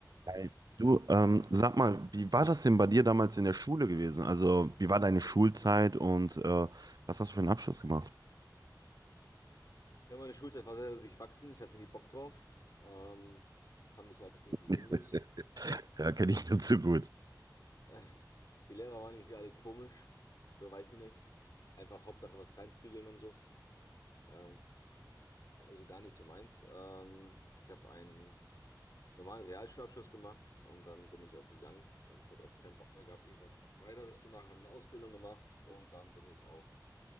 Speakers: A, on the right; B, on the left.
A: Hi. Du, ähm, sag mal, wie war das denn bei dir damals in der Schule gewesen? Also, wie war deine Schulzeit und äh, was hast du für einen Abschluss gemacht?
B: Ja, meine Schulzeit war sehr durchwachsen. Ich hatte nie Bock drauf. Ähm, fand ich alles irgendwie
A: <laughs>
B: sinnlos.
A: Ja, kenne ich nur zu gut.
B: <laughs> Die Lehrer waren irgendwie alle komisch. So, weiß ich nicht. Einfach Hauptsache was reinprügeln und so. Ähm, also gar nicht so meins. Ähm, ich habe einen normalen Realschulabschluss gemacht und dann bin ich auch gegangen und hatte auch keinen Bock mehr gehabt, irgendwas weiteres zu machen. Habe eine Ausbildung gemacht und dann bin ich auch,